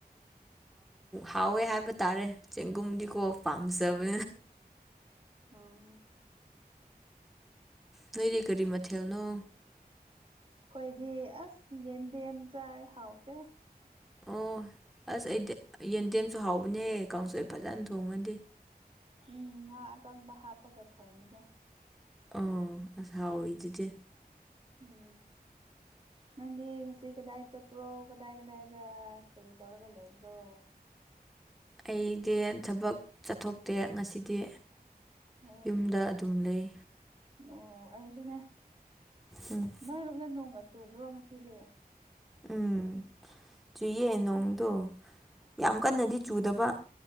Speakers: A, in the centre; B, on the right.
A: ꯍꯥꯎꯋꯦ ꯍꯥꯏꯕ ꯇꯥꯔꯦ ꯆꯦꯡꯒꯨꯝꯗꯤꯀꯣ ꯄꯥꯝꯖꯕ
B: ꯎꯝ ꯎꯝ
A: ꯅꯣꯏꯔꯦ ꯀꯔꯤ ꯃ ꯊꯦꯦꯜꯅꯣ
B: ꯑꯩꯈꯣꯏꯗꯤ ꯑꯁ ꯌꯦꯟꯗꯦꯝ ꯆ꯭ꯔꯥꯏ ꯍꯥꯎꯇꯦ
A: ꯑꯣ ꯑꯁ ꯑꯩꯗꯤ ꯌꯦꯟꯗꯦꯝꯁꯨ ꯍꯥꯎꯕꯅꯦ ꯀꯥꯡꯁꯨ ꯑꯩ ꯐꯖꯅ ꯊꯣꯡꯉꯗꯤ
B: ꯎꯝ ꯉꯥ ꯑꯀꯪꯕ ꯍꯥꯞꯄꯒ ꯊꯣꯡꯕꯅꯦ
A: ꯑ ꯑꯁꯥꯎꯗꯨꯗꯤ
B: ꯎꯝ ꯅꯗꯤ ꯉꯁꯤ ꯀꯗꯥꯏ ꯆꯄ꯭ꯔꯣ ꯀꯗꯥꯏ ꯀꯗꯥꯏꯗ ꯀꯔꯤ ꯇꯧꯔꯒ ꯂꯩꯕ꯭ꯔꯣ
A: ꯑꯩꯗꯤ ꯊꯕꯛ ꯆꯠꯊꯣꯛꯇꯦ ꯉꯁꯤꯗꯤ
B: ꯑꯣ
A: ꯌꯨꯝꯗ ꯑꯗꯨꯝ ꯂꯩ
B: ꯑꯣ ꯑꯩꯁꯨꯅꯦ
A: ꯎꯝ
B: ꯅꯣꯏꯔꯣꯕꯅ ꯅꯣꯡꯒ ꯆꯨꯕ꯭ꯔꯣ ꯉꯁꯤꯗꯤ
A: ꯎꯝ ꯆꯨꯏꯌꯦ
B: ꯑꯣ
A: ꯅꯣꯡꯗꯣ ꯌꯥꯝ ꯀꯟꯅꯗꯤ ꯆꯨꯗꯕ